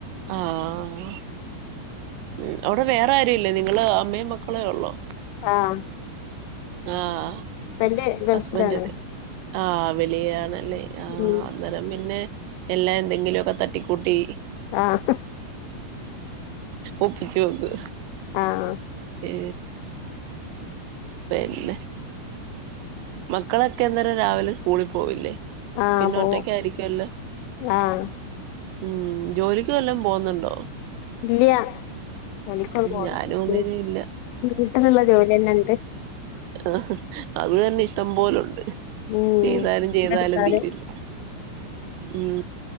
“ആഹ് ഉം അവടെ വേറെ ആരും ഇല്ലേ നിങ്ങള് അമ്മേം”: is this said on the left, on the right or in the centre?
Right